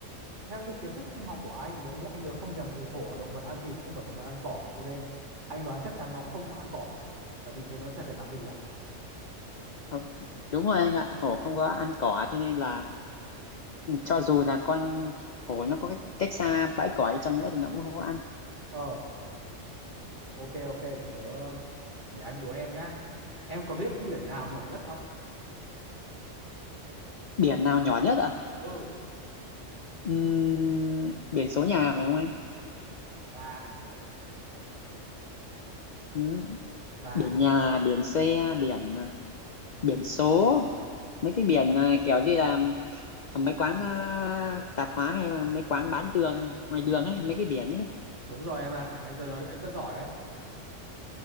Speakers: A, on the right (about 40°); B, on the left (about 55°).
A: Theo những kiến thức sinh học của anh, nếu như anh nhớ không nhầm thì hổ là động vật ăn thịt, không phải động vật ăn cỏ, cho nên anh đoán chắc chắn nó không ăn cỏ. Và vì thế nó chả cần làm gì cả.
B: Ờ, đúng rồi anh ạ hổ không có ăn cỏ thế nên là cho dù là con hổ nó có cách, cách xa bãi cỏ đi chăng nữa thì nó cũng không có ăn
A: Ờ, ok ok để tớ để anh đố em nhá em có biết biển nào nhỏ nhất không
B: biển nào nhỏ nhất ạ
A: ừ
B: Ừm, biển số nhà phải không anh
A: và
B: Ừm,
A: và
B: biển nhà biển xe biển à, biển số mấy cái biển à, kiểu như là à, mấy quán à, tạp hóa hay là mấy quán bán tường ngoài đường ấy mấy cái biển ấy
A: đúng rồi em ạ em rất em rất giỏi đấy